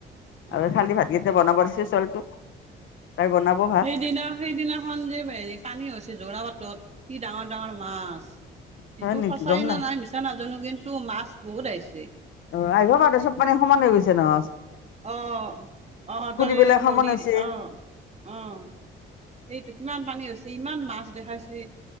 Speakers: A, on the right (about 35°); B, on the left (about 75°).
A: অ
B: আৰু খালি ভাতকেইটা বনাব দিছো ছোৱালীটোক তাই বনাব। ভাত
A: সেইদিনা সেইদিনাখন যে হেৰি পানী হৈছে যোৰাবাটত কি ডাঙৰ ডাঙৰ মাছ।
B: হয়
A: ইটো
B: নেকি
A: সঁচাই
B: গম
A: না নাই মিছা নাজানো কিন্তু মাছ বহুত আহিছে।
B: অ', আহিব পাৰে চব পানী সমান হৈ গৈছে ন।
A: অ', অ', তাৰ
B: বিলাক সমান
A: নদীৰ
B: হৈছে
A: অ' অ'। সেইটো কিমান পানী হৈছে ইমান মাছ দেখাইছে।